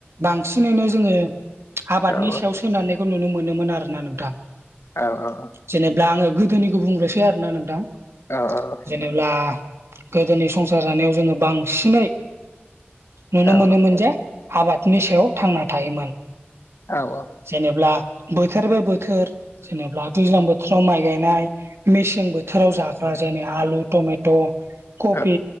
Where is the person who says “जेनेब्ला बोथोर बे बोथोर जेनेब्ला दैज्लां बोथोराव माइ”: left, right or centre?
Right